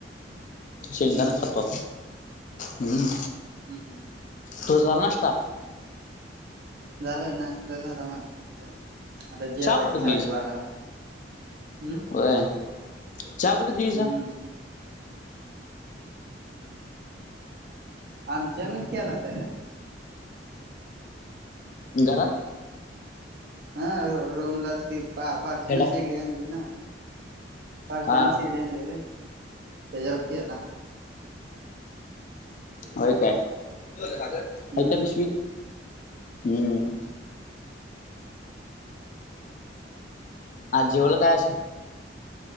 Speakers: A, on the left; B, on the right.
A: शेंगदाण
B: बर
A: संपव हम्म
B: हं हं
A: तू झाल नाष्टा
B: झालाय नाश्ता झाला माझा आता जेवायचं
A: चहा कुठं
B: साडेबाराला हम्म
A: वय चहा कुठ गिलीस
B: हम्म आमच्या मिर केला होता
A: घरात
B: हा र रोमलाच ती पा पारताना
A: खेडा
B: शेगडी आणली ना परत्याने
A: हा
B: शेगडी आणलीय रे त्याचावर केला
A: होय कायता
B: हम्म
A: पिशवी हम्म आज जेवायला का